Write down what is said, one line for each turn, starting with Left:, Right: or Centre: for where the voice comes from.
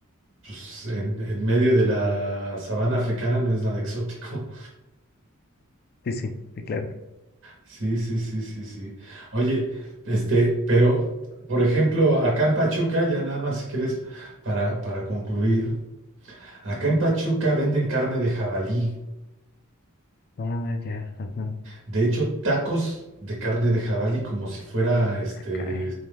Right: pues, en, en medio de la sabana africana no es nada exótico.
Left: Sí, sí, sí, claro.
Right: Sí, sí, sí, sí, sí. Oye, este, pero, por ejemplo, acá en Pachuca, ya nada más si quieres para, para concluir, acá en Pachuca venden carne de jabalí.
Left: Ah, ya, ajá.
Right: De hecho, tacos de carne de jabalí como si fuera este
Left: Ah, caray.